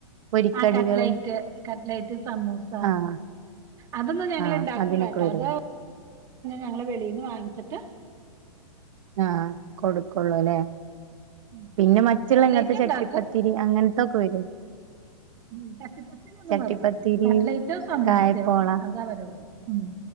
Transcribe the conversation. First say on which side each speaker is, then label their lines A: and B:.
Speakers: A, on the right; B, on the right.
A: പൊരിക്കടികള്
B: ആ കട്ലൈറ്റ് കട്ലൈറ്റ് സമൂസ
A: ആഹ്
B: അതൊന്നും ഞങ്ങള്
A: ആഹ്
B: ഇണ്ടാക്കൂലട്ടോ
A: അതിനൊക്കെ വരോ
B: അത് ഞങ്ങള് വെളിന്ന് വാങ്ങിച്ചിട്ട്
A: ആഹ് കൊടുക്കെള്ളൂല്ലേ
B: ഉം,
A: പിന്നെ മറ്റുള്ള
B: അത് കട്ട്ലൈറ്റ്
A: ഇങ്ങനത്തെ ചട്ടിപ്പത്തി
B: ഇണ്ടാക്കും
A: ത്തിരി അങ്ങനത്തൊക്കെ വരെ
B: ഉം കട്ടിപ്പത്തിരി ഒന്നും
A: ചട്ടിപ്പത്തിരി
B: <unintelligible> കട്ട്ലേറ്റോ സമൂസയോ
A: കായപ്പോള
B: അത അവരള്ളൂ ഉം